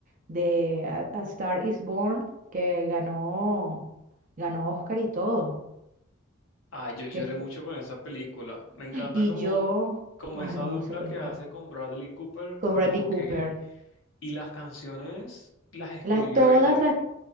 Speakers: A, on the right; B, on the left.
A: de A, A Star is Born, que ganó, ganó Oscar y todo.
B: Ay, yo lloré
A: Que fu-
B: mucho con esa película. Me encanta
A: y
B: como,
A: yo,
B: como
A: ay
B: esa
A: no,
B: dupla
A: esa película.
B: que hace con Bradley Cooper,
A: Con
B: como
A: Bradley Cooper.
B: que... Y las canciones las escribió
A: Las, todas
B: ella.
A: las...